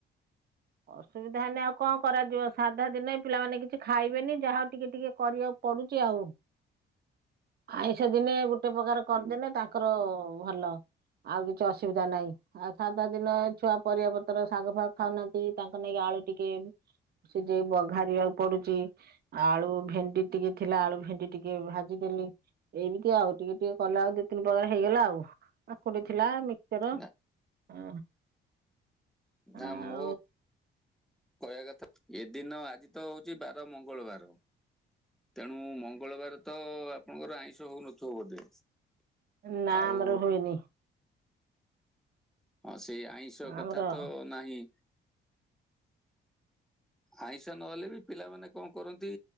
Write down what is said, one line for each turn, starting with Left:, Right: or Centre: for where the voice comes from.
Right: ଅସୁବିଧା ହେଲେ ଆଉ କଣ କରାଯିବ। ସାଧା ଦିନେ ପିଲାମାନେ କିଛି ଖାଇବେନି ଯାହା ହଉ ଟିକେ ଟିକେ କରିବାକୁ ପଡୁଚି ଆଉ। ଆଇଁଷ ଦିନେ ଗୋଟେ ପ୍ରକାର କରିଦେଲେ ତାଙ୍କର ଭଲ। ଆଉ କିଛି ଅସୁବିଧା ନାହିଁ। ଆଉ ସାଧା ଦିନେ ଛୁଆ ପରିବା ପତର ଶାଗ ଫାଗ ଖାଉନାହାନ୍ତି ତାଙ୍କ ନାଗି ଆଳୁ ଟିକେ ସିଜେଇ ବଘାରିବାକୁ ପଡୁଚି। ଆଳୁ ଭେଣ୍ଡି ଟିକେ ଥିଲା ଆଳୁ ଭେଣ୍ଡି ଟିକେ ଭାଜିଦେଲି। ଏଇମିତି ଆଉ। ଟିକେ ଟିକେ କଲେ ଆଉ ଦି ତିନି ପ୍ରକାର ହେଇଗଲା ଆଉ। କାକୁଡି ଥିଲା, ମିକ୍ ଚର
Centre: ନା
Right: ଆ
Centre: ନା
Right: ଆଉ
Centre: ମୋ କହିବା କଥା ଏ ଦିନ ଆଜି ତ ହଉଚି ବାର ମଙ୍ଗଳବାର ତେଣୁ ମଙ୍ଗଳବାର ତ ଆପଣଙ୍କର ଆଇଁଷ ହଉନଥିବ ବୋଧେ?
Right: ନା
Centre: ଆଉ
Right: ଆମର ହୁଏନି।
Centre: ହଁ ସେଇ ଆଇଁଷ କଥା
Right: ଆମର
Centre: ତ ନାହିଁ। ଆଇଁଷ ନହେଲେ ବି ପିଲାମାନେ କଣ କରନ୍ତି